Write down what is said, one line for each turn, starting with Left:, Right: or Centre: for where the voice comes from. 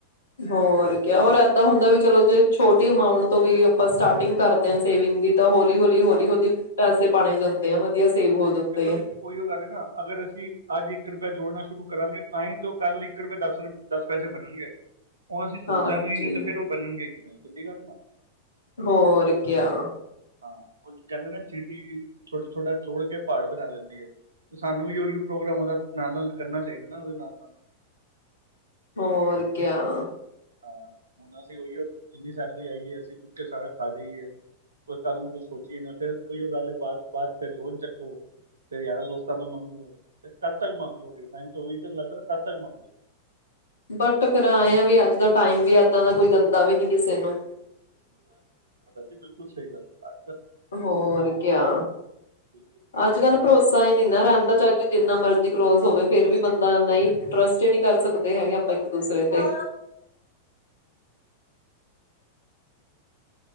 Left: ਹੋਰ ਕ ਰ ਏਦਾਂ ਹੁੰਦਾ ਵੀ ਚਲੋ ਜੇ ਛੋਟੀ ਅਮਾਂਊਟ ਤੋਂ ਵੀ ਆਪਾਂ ਸਟਾਰਟਿੰਗ ਕਰਦੇ ਹਾਂ ਸੇਵਿੰਗ ਦੀ ਤਾਂ ਹੌਲੀ ਹੌਲੀ ਹੌਲੀ
Right: ਤਾਂ
Left: ਹੌਲੀ ਪੈਸੇ ਬਣ ਹੀ ਜਾਂਦੇ ਆ ਵਧੀਆ ਸੇਵ ਹੋ ਜਾਂਦੇ
Right: ਦੇਖੋ ਜੀ
Left: ਆ
Right: ਉਹੀਓ ਗੱਲ ਹੈ ਨਾ ਅਗਰ ਅਸੀਂ ਅੱਜ ਇੱਕ ਰੁਪਇਆ ਜੋੜਨਾ ਸ਼ੁਰੂ ਕਰਾਂਗੇ ਤਾਂ ਹੀ ਤਾਂ ਕੱਲ ਇੱਕ ਰੁਪਏ ਦਸ ਦਸ ਪੈਸੇ ਬਣਨਗੇ ਉਹ ਅਸੀਂ ਸੋਚਾਂਗੇ
Left: ਹਾਂਜੀ
Right: ਹੀ ਨੇ ਤੇ ਫੇਰ ਉਹ ਬਣਨਗੇ ਕਿਵੇਂ ਸਿੱਧੀ ਗੱਲ ਨਾ
Left: ਹੋਰ ਕਿਆ
Right: ਹਾਂ ਉਹ ਕਹਿੰਦੇ ਨਾ ਚੀਟੀ ਛੋਟਾ ਛੋਟਾ ਜੋੜ ਕੇ ਪਹਾੜ ਬਣਾ ਲੈਂਦੀ ਹੈ ਤੇ ਸਾਨੂੰ ਵੀ ਉਹੀ ਪ੍ਰੋਗਰਾਮ ਉਹਦਾ ਨਾਲ ਨਾਲ ਕਰਨਾ ਚਾਹੀਦਾ ਨਾ ਉਹਦੇ ਨਾਲ ਨਾਲ
Left: ਹੋਰ ਕਿਆ
Right: ਹਾਂ ਹੁਣ ਅਸੀਂ ਉਹੀਓ ਜਿੰਨੀ ਸੈਲਰੀ ਆਈ ਹੈ ਅਸੀਂ ਚੁੱਕ ਕੇ ਸਾਰਾ ਖਾ ਜਾਈਏ ਕੋਈ ਕੱਲ ਨੂੰ ਕੁਛ ਸੋਚੀਏ ਨਾ ਫਿਰ ਉਹੀਓ ਗੱਲ ਬਾਅਦ ਬਾਅਦ ਚ ਫਿਰ ਲੋਨ ਚੱਕ ਫੇਰ ਯਾਰ ਦੋਸਤ ਕਦੋਂ ਮੰਗੋ ਕਦ ਤੱਕ ਮੰਗ ਲਓਗੇ ਮੈਂਨੂੰ ਉਹ ਵੀ ਚ ਲੱਗ ਕਦ ਤੱਕ ਮੰਗਦੋ
Left: ਬਟ ਫ਼ਿਰ ਐ ਵੀ ਅੱਜ ਦਾ ਟਾਈਮ ਵੀ ਏਦਾ ਦਾ ਕੋਈ ਦਿੰਦਾ ਵੀ ਨੀ ਕਿਸੇ ਨੂੰ
Right: ਹਾਂਜੀ ਬਿਲਕੁਲ ਸਹੀ ਗੱਲ ਹੈ ਆ
Left: ਹੋਰ ਕਿਆ
Right: ਬਿਲਕੁਲ
Left: ਅੱਜ ਕੱਲ ਭਰੋਸਾ ਹੀ ਨਾ ਰਹਿੰਦਾ ਚ ਕੋਈ ਜਿੰਨਾ ਮਰਜੀ ਕਲੋਜ਼ ਹੋਵੇ ਫਿਰ ਵੀ ਬੰਦਾ ਨਹੀਂ ਟਰਸਟ ਹੀ ਨੀ ਕਰ ਸਕਦੇ ਹੈਗੇ ਆਪਾਂ ਇੱਕ ਦੂਸਰੇ ਤੇ